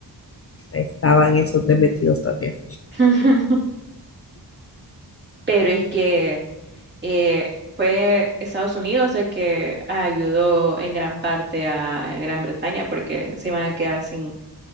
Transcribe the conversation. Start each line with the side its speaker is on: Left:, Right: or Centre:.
Left: Ahí estaban esos de metidos también.
Right: <laughs> Pero es que eh, fue Estados Unidos el que ayudó en gran parte a Gran Bretaña porque se iban a quedar sin